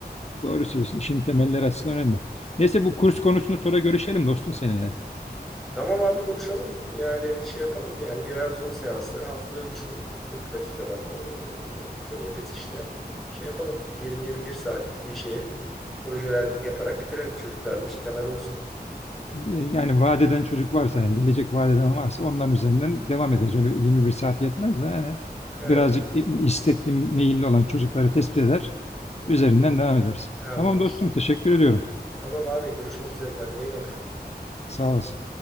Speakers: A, on the left; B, in the centre.
A: Doğru söylüyorsun. İşin temelleri açısından önemli. Neyse bu kurs konusunu sonra görüşelim dostum seninle.
B: Tamam abi konuşalım. Yani şey yapalım. Yani birer Zoom seansları haftada 3 gün 40 dakikadan o, e, mütevellit işte şey yapalım. 20-21 saatlik bir şeye projeler yaparak bitirelim. Çocuklarda bir şey temel olsun.
A: Yani vaat eden çocuk varsa, yani gelecek vaat eden varsa onların üzerinden devam ederiz. Öyle 21 saat yetmez de yani
B: Evet.
A: birazcık istekli, meyilli olan çocukları tespit eder. Üzerinden devam ederiz.
B: Devam
A: Tamam
B: ederiz.
A: dostum, teşekkür ediyorum.
B: Tamam abi görüşmek üzere kendine iyi bak.
A: Sağ olasın.